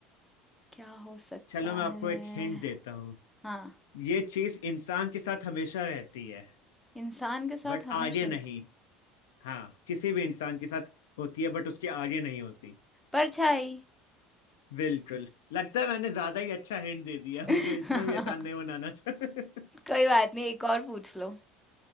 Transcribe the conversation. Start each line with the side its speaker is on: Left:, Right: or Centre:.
Centre: क्या हो सकता
Left: चलो मैं आपको
Centre: है
Left: एक हिंट देता हूँ
Centre: हाँ
Left: ये चीज इंसान के साथ हमेशा रहती है
Centre: इंसान के साथ
Left: बट
Centre: हमेशा
Left: आगे नहीं
Centre: रहता है।
Left: हाँ किसी भी इंसान के साथ होती है बट उसके आगे नहीं होती
Centre: परछाई
Left: बिल्कुल लगता है मैंने ज्यादा ही अच्छा हिंट दे दिया
Centre: <laughs> कोई
Left: मुझे इतना भी आसान नहीं बनाना था <laughs>
Centre: बात नहीं एक और पूछ लो